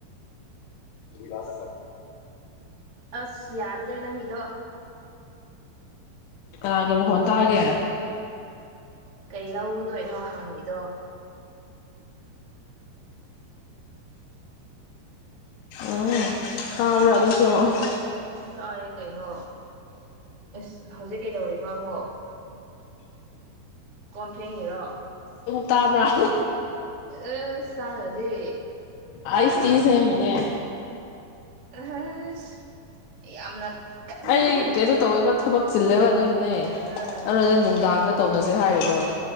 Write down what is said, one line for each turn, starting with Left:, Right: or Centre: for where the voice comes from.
Left: ꯗꯨꯢꯂꯥ ꯗꯐꯥ <unintelligible>
Right: ꯑꯁ ꯌꯥꯗ꯭ꯔꯦ ꯅꯪꯒꯤꯗꯣ
Left: ꯀꯥꯅꯒꯤ ꯃꯈꯣꯟ ꯇꯥꯒꯦ
Right: ꯀꯩ ꯂꯧꯗꯣꯏꯅꯣ ꯍꯪꯉꯤꯗꯣ
Left: ꯎꯝ ꯇꯥꯕ꯭ꯔ ꯑꯗꯨꯁꯨ <inaudible>
Right: ꯇꯥꯌꯦ ꯀꯩꯅꯣ ꯢꯁ ꯍꯧꯖꯤꯛ ꯀꯩꯗꯧꯔꯤꯕ ꯑꯃꯨꯛ ꯀꯣꯟ ꯐꯦꯡ ꯉꯤꯔꯣ
Left: ꯇꯥꯔꯕ꯭ꯔ
Right: ꯑꯦ ꯆꯗ꯭ꯔꯥꯗꯤ
Left: ꯑꯩꯁ
Right: ꯑꯍꯥꯍꯥ
Left: ꯇꯤ ꯁꯦꯝꯃꯤꯅꯦ
Right: ꯑꯍꯁ ꯌꯥꯝꯅ ꯀꯟꯅ
Left: ꯑꯩ ꯀꯩꯩꯅꯣ ꯇꯧꯋꯦꯕ ꯊꯕꯛ ꯆꯤꯜꯂꯦꯕ ꯑꯗꯨꯅꯅꯦ
Right: ꯑꯥ
Left: ꯑꯗꯨꯅ ꯅꯨꯡꯗꯥꯡꯗ ꯇꯧꯅ ꯖꯦ ꯍꯥꯢꯔꯤꯗꯣ <inaudible>